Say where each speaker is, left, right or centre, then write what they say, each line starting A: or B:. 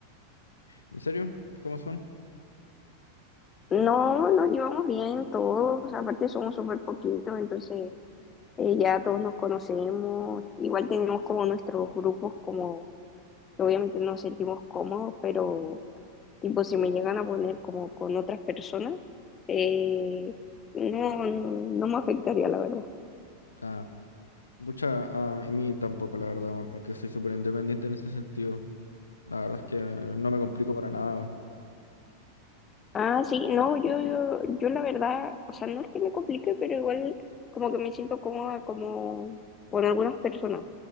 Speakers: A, on the left; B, on the left.
A: ¿En serio? ¿Cómo son?
B: No, nos llevamos bien todos, aparte somos súper poquitos, entonces eh, ya todos nos conocemos, igual tenemos como nuestros grupos como que obviamente nos sentimos cómodos, pero tipo si me llegan a poner como con otras personas, eh, no, no me afectaría, la verdad.
A: Ah, pucha, ah, a mí tampoco, la verdad, weón, porque soy súper independiente en ese sentido. La verdad es que no me complico para nada, weón.
B: Ah, sí, no, yo, yo, yo la verdad, o sea, no es que me complique, pero igual como que me siento cómoda como con algunas personas,